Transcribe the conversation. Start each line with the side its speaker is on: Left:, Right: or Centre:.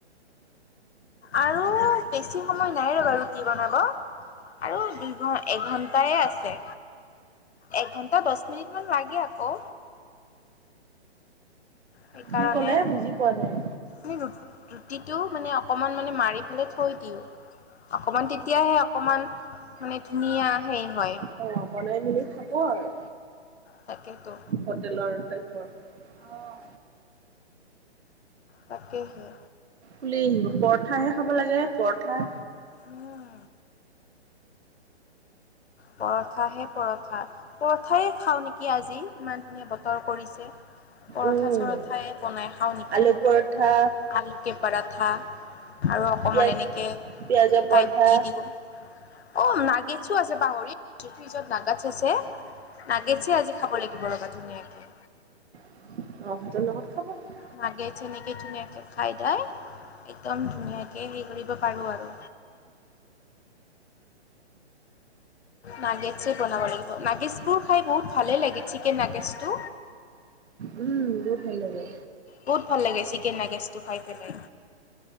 Left: আৰু বেছি সময় নাই আৰু ৰুটি বনাব। আৰু দুঘ, এঘণ্টাই আছে। এঘন্টা দহ মিনিট মান লাগে আকৌ। সেইকাৰণে।
Right: কি ক'লে বুজি পোৱা নাই
Left: আমি ৰুটিটো মানে অকণমান মানে মাৰি পেলাই থৈ দিওঁ। অকণমান, তেতিয়াহে অকণমান মানে ধুনীয়া হেৰি হয়।
Right: অ', বনাই মেলি খাব আৰু।
Left: তাকেতো
Right: হোটেলৰ টাইপৰ, অ'।
Left: তাকেহে
Right: ফুলি আহিব, পৰঠাহে খাব লাগে, পৰঠা।
Left: উম। পৰঠাহে পৰঠা, পৰঠাই খাওঁ নেকি আজি। ইমান ধুনীয়া বতৰ কৰিছে, পৰঠা
Right: উম
Left: চৰঠাই বনাই খাওঁ নেকি।
Right: আলু পৰঠা
Left: আলুকে পৰাঠা আৰু অকমান
Right: পিয়াজ
Left: এনেকে
Right: পিয়াজৰ পৰঠা
Left: টাইপ দি দিওঁ। অ', নাগেছো আছে পাহৰি <unintelligible> ফ্ৰিজত নাগছ আছে নাগেটছে আজি খাব লাগিব ৰবা। ধুনীয়াকে।
Right: অ', ভাতৰ লগত খাব?
Left: নাগেটছ এনেকে ধুনীয়াকে খাই দাই একদম ধুনীয়াকে হেৰি কৰিব পাৰো আৰু। নাগেছেই বনাব লাগিব, নাগেচ বোৰ খাই বহুত ভালে লাগে, চিকেন নাগেচটো।
Right: উম, বহুত ভাল লাগে।
Left: বহুত ভাল লাগে চিকেন নাগেষ্টটো খাই পেলাই।